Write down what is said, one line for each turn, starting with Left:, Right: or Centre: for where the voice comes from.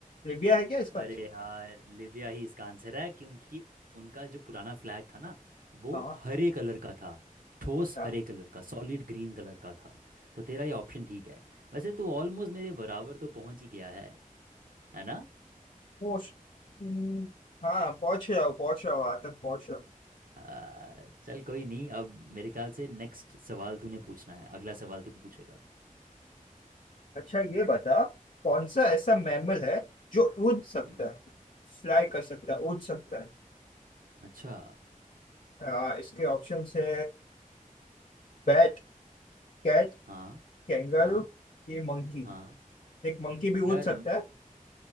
Left: लीबिया है क्या इसका
Right: अरे
Left: आंसर
Right: यार लिबिया ही इसका आंसर है क्योंकि उनका जो पुराना फ्लैग था ना वो
Left: हाँ
Right: हरे कलर का था ठोस
Left: अच्छा
Right: हरे कलर का सॉलिड ग्रीन कलर का था तो तेरा ये ऑप्शन ठीक है वैसे तू ऑलमोस्ट मेरे बराबर तो पहुंच ही गया है है ना
Left: पोस्ट हम्म, हाँ पहुंच जाओ पहुंच जाओ आज तक पहुंच जाओ
Right: आ, चल कोई नहीं अब मेरे ख्याल से नेक्स्ट सवाल तूने पूछना है अगला सवाल तू पूछेगा
Left: अच्छा ये बता कौन सा ऐसा मैमल है जो उड़ सकता
Right: मम्म।
Left: है फ्लाई कर सकता है उड़ सकता है
Right: अच्छा
Left: आ, इसके ऑप्शन है बैट कैट
Right: हाँ
Left: कैंगारू
Right: हाँ
Left: ये मंकी
Right: हाँ
Left: एक मंकी भी
Right: यार
Left: उड़ सकता
Right: म-
Left: है